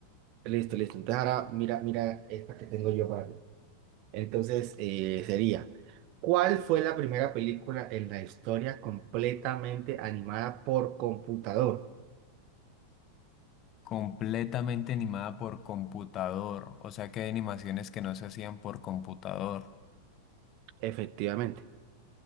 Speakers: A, on the right; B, on the left.
A: Listo, listo. Entonces ahora mira, mira esta que tengo yo para ti. Entonces eh, sería, ¿cuál fue la primera película en la historia completamente animada por computador?
B: Completamente animada por computador, o sea que hay animaciones que no se hacían por computador.
A: Efectivamente.